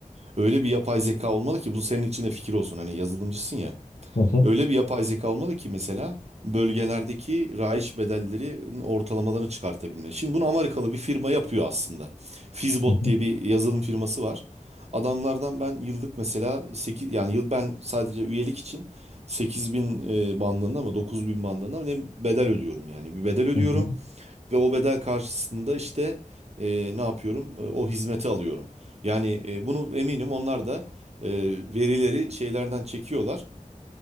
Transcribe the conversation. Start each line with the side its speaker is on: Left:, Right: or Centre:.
Right: Öyle bir yapay zeka olmalı ki bu senin için de fikir olsun. Hani yazılımcısın ya.
Left: Hı hı,
Right: Öyle bir yapay zeka olmalı ki mesela bölgelerdeki rayiç bedellerinin ortalamalarını çıkartabilme. Şimdi bunu Amerikalı bir firma yapıyor aslında. Fizbot
Left: hı hı,
Right: diye bir yazılım firması var. Adamlardan ben yıllık mesela 8 yani yıl ben sadece üyelik için 8000 e, bandında ama 9000 bandında mı ne bedel ödüyorum yani. Bir bedel ödüyorum
Left: hı hı.
Right: ve o bedel karşısında işte e, ne yapıyorum? E, O hizmeti alıyorum. Yani e, bunu eminim onlar da e, verileri şeylerden çekiyorlar.